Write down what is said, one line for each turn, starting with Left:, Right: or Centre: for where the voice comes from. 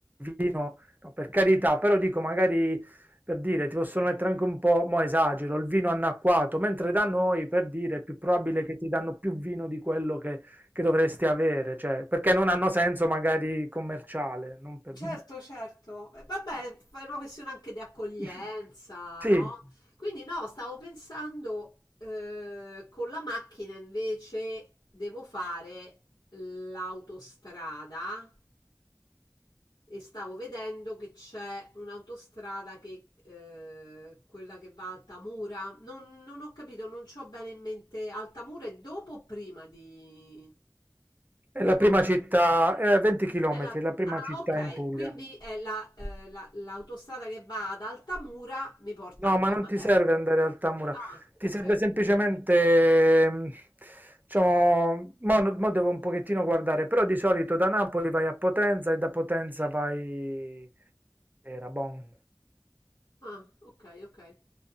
Right: vino, no, per carità, però dico magari per dire, ti possono mettere anche un po', mo esagero, il vino annacquato, mentre da noi, per dire, è più probabile che ti danno più vino di quello che, che dovresti avere, cioè, perché non hanno senso magari commerciale. non per-
Left: Certo, certo. Eh, Vabbè, è una questione anche di accoglienza,
Right: <laughs> Sì,
Left: no? Quindi no, stavo pensando eh, con la macchina invece devo fare l'autostrada e stavo vedendo che c'è un'autostrada che eh, quella che va a Altamura. Non, non ho capito, non ho bene in mente Altamura è dopo o prima di,
Right: è la
Left: di Matera?
Right: prima città, è a 20 km,
Left: È la-
Right: la prima
Left: Ah,
Right: città
Left: ok,
Right: in Puglia.
Left: quindi è la- eh, la- l'autostrada che va ad Altamura mi porta
Right: No,
Left: anche
Right: ma
Left: a
Right: non
Left: Matera.
Right: ti serve andare al Tamura,
Left: Ah, ok.
Right: ti serve semplicemente, mm, diciamo, mo, mo devo un pochettino guardare, però di solito da Napoli vai a Potenza e da Potenza vai Era bom.
Left: Ah, ok, ok.